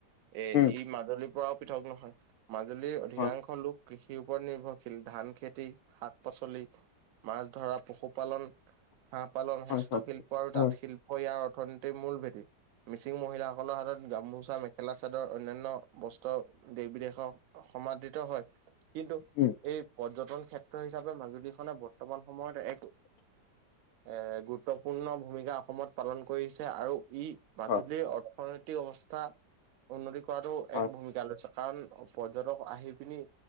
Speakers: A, on the right; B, on the left.
A: এ ই
B: উম
A: মাজুলীৰ পৰাওঁ পৃথক নহয়। মাজুলীৰ অধিকাংশ
B: হয়
A: লোক কৃষিৰ ওপৰত নিৰ্ভৰশীল। ধান খেতি, শাক- পাচলি, মাছ ধৰা, পশুপালন হাঁহ পালন,
B: হয়
A: হস্তশিল্প
B: হয়
A: আৰু
B: হয়
A: তাঁতশিল্প ইয়াৰ অৰ্থনীতিৰ মূল ভেটি। মিচিং মহিলা সকলৰ হাতত গামোচা, মেখেলা-চাদৰ, অন্যান্য বস্ত্ৰ দেশ-বিদেশক সমাদৃত হয়। কিন্তু
B: উম
A: এই পৰ্যটন ক্ষেত্ৰ হিচাপে মাজুলীখনে বৰ্তমান বৰ্তমান সময়ত এক এ গুৰুত্বপূৰ্ণ ভূমিকা অসমত পালন কৰিছে। আৰু ই মাজুলীৰ
B: হয়
A: অৰ্থনৈতিক অৱস্থা উন্নতি কৰাতো,
B: হয়
A: এক ভূমিকা লৈছে। কাৰণ পৰ্যটক আহি পিনি